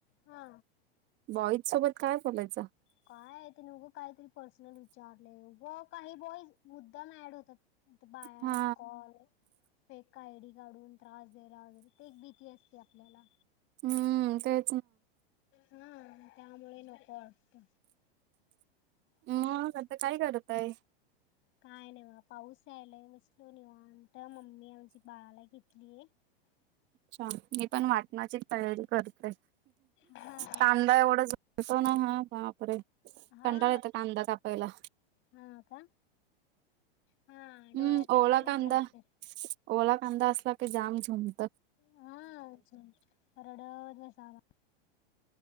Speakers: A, on the left; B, on the right.
A: हा
B: बॉईज सोबत काय बोलायचं
A: काय आहे ते नघं काहीतरी पर्सनल विचारले गं काही बॉई मुद्दाम ऍड होतात बाय आहेत
B: हा
A: कॉल फेक आयडी काढून त्रास द्यायला वगैरे ते एक भीती असते ते आपल्याला
B: हम्म ते
A: हा त्यामुळे नको असत
B: मग आता काय करत आहे
A: काय नाही बा पाऊस यायलाय बसलो निंत मम्मी आमची बाळाला घेतलीय
B: अच्छा मी पण वाटणारचे तयारी करते
A: हा
B: कांदा एवढाच भतो ना हा बाप रे
A: हा
B: कंडाळ येत कांदा कापायला
A: हा का हा
B: हम्म
A: डोळ्यातले
B: ओला
A: पाणीच
B: कांदा
A: जास्त
B: ओला कांदा असला की जाम झोंब
A: हा अजून रडवर नसावा